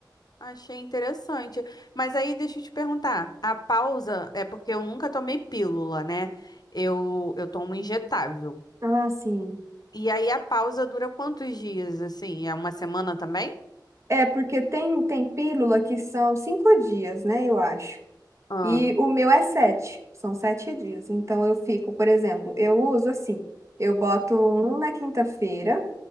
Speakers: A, on the left; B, on the right.
A: Achei interessante. Mas aí deixa eu te perguntar, a pausa é porque eu nunca tomei pílula, né? Eu, eu tomo injetável.
B: Ah, sim.
A: E aí a pausa dura quantos dias, assim? É uma semana também?
B: É, porque tem, tem pílula que são cinco dias, né? Eu acho.
A: Ah,
B: E o meu é sete, são sete dias. Então eu fico, por exemplo, eu uso assim, eu boto um na quinta-feira,